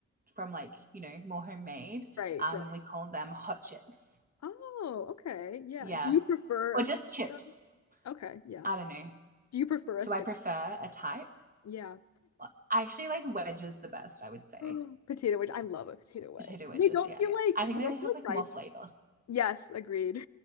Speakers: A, on the right (about 30°); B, on the left (about 60°).
A: from like, you know, more homemade.
B: Right,
A: Um,
B: right.
A: we call them hot chips.
B: Oh, okay. Yeah.
A: Yeah.
B: Do you prefer
A: Or just chips.
B: a Okay, yeah.
A: I don't know.
B: Do you prefer a
A: Do
B: thin?
A: I prefer a type?
B: Yeah.
A: I actually like wedges the best, I would say.
B: Yeah. <gasps> Potato wedge. I love a potato wedge.
A: Potato wedges,
B: They don't
A: yeah.
B: feel like
A: I think
B: they
A: they
B: don't
A: have
B: feel like
A: like
B: fries.
A: more flavor.
B: Yes, agreed.